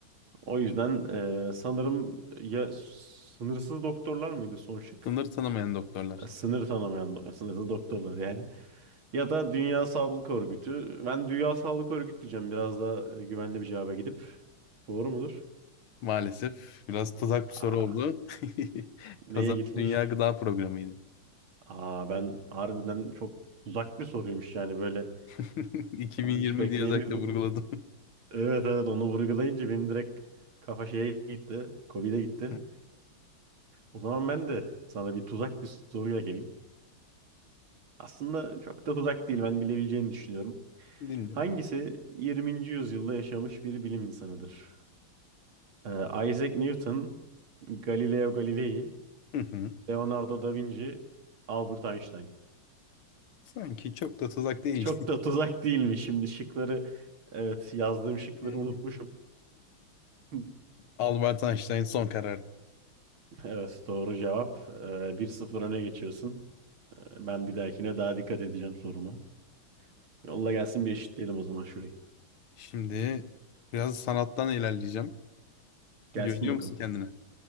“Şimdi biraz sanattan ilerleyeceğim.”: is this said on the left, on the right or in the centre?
Left